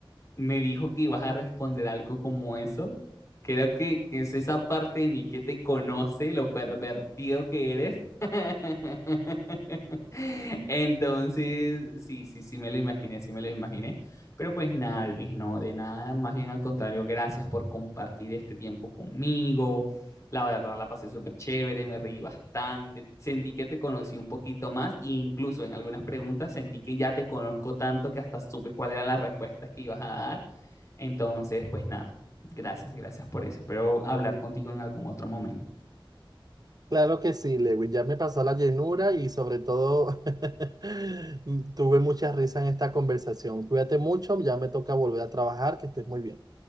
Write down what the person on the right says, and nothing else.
Claro que sí, Lewis. Ya me pasó la llenura y sobre todo <laughs> tuve mucha risa en esta conversación. Cuídate mucho, ya me toca volver a trabajar, que estés muy bien.